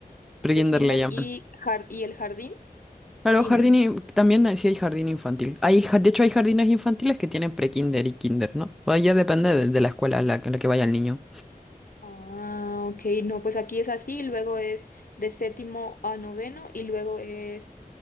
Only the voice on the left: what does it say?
prekinder
y, jar- y el jardín,
kinder.
Ah, ok, no, pues aquí es así, luego es de séptimo a noveno y luego es